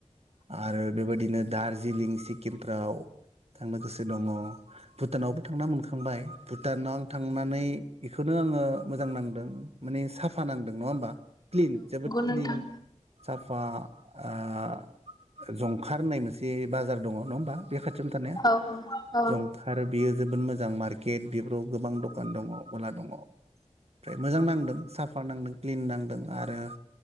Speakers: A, on the right; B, on the left.
A: आरो बेबायदिनो दार्जिलिं सिक्किमफ्राव थांनो गोसो दङ भुटानावबो थांना मोनखांबाय। भुटानाव थांनानै इखो खौनो आङो मोजां नांदों माने साफा नांदों नङा ओमबा? क्लिन जोबोद
B: नोंथां
A: क्लिन साफ बा ओ जं खार होननाय मोनसे बाजार दङ नङा होमबा बे खाथियावनो थानाया
B: औ औ
A: जंफार बियो जोबोद मोज मोजां मारकेट बेफोराव गोबां दखान दङ गला दङ ओमफ्राय मोजां नांदों साफा नांदों क्लिन नांदों आरो